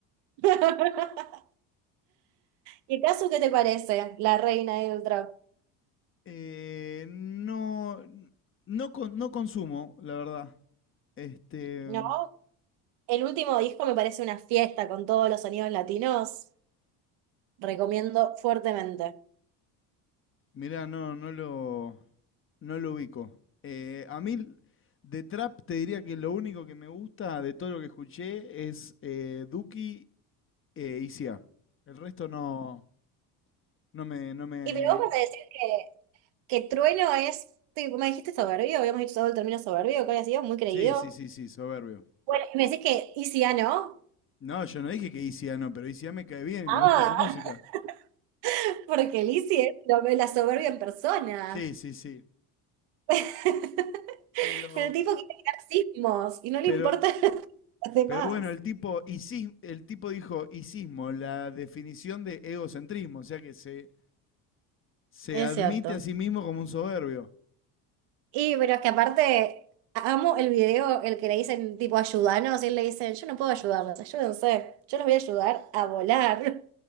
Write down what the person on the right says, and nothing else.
<laughs> ¿Y Casu qué te parece? La reina ahí del trap.
¿No? El último disco me parece una fiesta con todos los sonidos latinos. Recomiendo fuertemente.
Y pero vos vas a decir que, que Trueno es, tipo, me dijiste soberbio, habíamos dicho todo el término soberbio, ¿cuál ha sido? Muy creído.
Bueno, y me decís que Easy A no.
Ah,
<laughs> porque Lizzie es lo- la soberbia en persona.
<laughs>
El tipo quiere crear sismos y no le
importa <laughs> a los demás.
Es
cierto.
Y pero es que aparte, amo el video, el que le dicen tipo ayúdanos, y él le dice, yo no puedo ayudarlos, ayúdense, yo los voy a ayudar a volar.